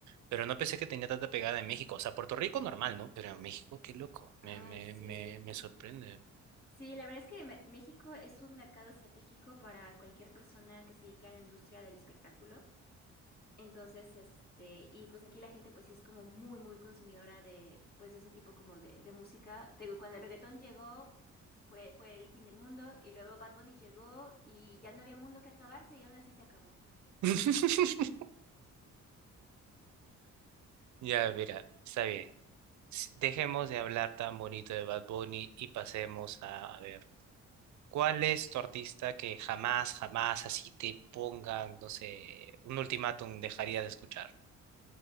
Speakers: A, on the right; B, on the left.
A: Pero no pensé que tenía tanta pegada en México. O sea, Puerto Rico normal, ¿no? Pero en México, qué loco. Me,
B: Ay,
A: me,
B: sí.
A: me, me sorprende.
B: Sí, la verdad es que Me- México es un mercado estratégico para cualquier persona que se dedique a la industria del espectáculo. Entonces, este, y pues aquí la gente pues sí es como muy, muy consumidora de pues ese tipo como de, de música. Te digo, cuando el reggaetón llegó, fue, fue el fin del mundo, y luego Bad Bunny llegó y ya no había mundo que acabarse y aún así se acabó.
A: <laughs> Ya, mira, está bien. S- Dejemos de hablar tan bonito de Bad Bunny y pasemos a, a ver, ¿cuál es tu artista que jamás, jamás así te pongan, no sé, un ultimátum dejarías de escuchar?